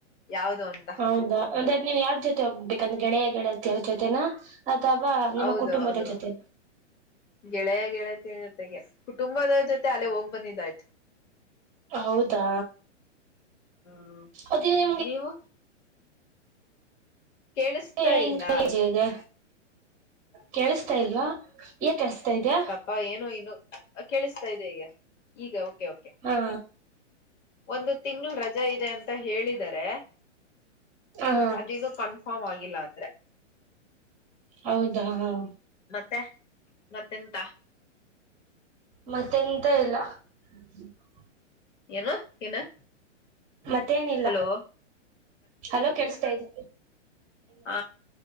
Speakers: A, on the left; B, on the right.
A: ಯಾವ್ದ ಅಂತ.
B: ಹೌದಾ ಅಂದ್ರೆ ನೀನ್ ಯಾರ್ ಜೊತೆ ಹೋಗ್ಬೇಕಂದ್ರ ಗೆಳೆಯ ಗೆಳೆಯತಿಯ ಜೊತೆೇನಾ. ಅಥವಾ. ನಿಮ್ಮ
A: ಹೌದು
B: ಕುಟುಂಬದ
A: ಹೌದು.
B: ಜೊತೆ
A: ಗೆಳೆಯ ಗೆಳತಿಯರ ಜೊತೆಗೆ ಕುಟುಂಬದ ಜೊತೆ ಅಲ್ಲೇ ಹೋಗ್ ಬಂದಿದ್ದಾಯ್ತು. <inaudible>
B: ಹೌದಾ
A: ಹ್ಮ
B: ಅದ ನಿಮ್ಗೆ
A: ನೀವು ಕೇಳಿಸ್ತಾ
B: <unintelligible>
A: ಇಲ್ಲ
B: ದೆ ಕೇಳಸ್ತಾ ಇಲ್ವಾ ಯ ಕೇಳಿಸ್ತಾ ಇದೆಯ.
A: ಹಾ ಏನೋ ಇನು ಕೇಳಿಸ್ತಾ ಇದೆ ಈಗ ಈಗ ಓಕೆ ಓಕೆ.
B: ಹಾ
A: ಒಂದು ತಿಂಗಳು ರಜಾ ಇದೆ ಅಂತ ಹೇಳಿದರೆ
B: ಹಾ
A: ಅದ ಇದು ಕನ್ ಫಾರ್ಮ್ ಆಗಿಲ್ಲ ಅಂದ್ರೆ.
B: ಹೌದಾ ಹ -
A: ಮತ್ತೆ ಮತ್ತೆಂತ.
B: ಮತ್ತೆ ಎಂತ ಇಲ್ಲ. <unintelligible>
A: ಏನೋ ಏನು.
B: ಮತ್ತೇನಿಲ್ಲ
A: ಹಲೋ
B: ಹಲೋ ಕೇಳಸ್ತಾ ಇದೆ.
A: ಹ